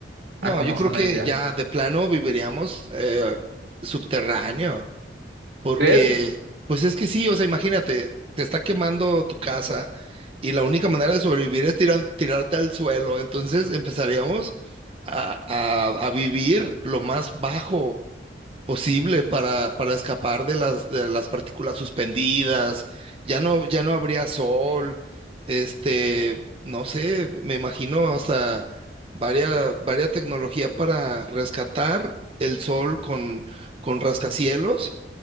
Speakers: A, on the right (about 70°); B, on the right (about 30°).
A: a
B: No,
A: como
B: yo creo
A: son
B: que
A: hoy en día?
B: ya de plano viviríamos eh, subterráneo. Porque,
A: ¿Crees?
B: pues es que sí, o sea, imagínate, te está quemando tu casa y la única manera de sobrevivir es tiran- tirarte al suelo. Entonces empezaríamos a, a- a vivir lo más bajo posible para, para escapar de las, de las partículas suspendidas. Ya no, ya no habría sol. Este, no sé, me imagino hasta varias, varias tecnología para rescatar el sol con, con rascacielos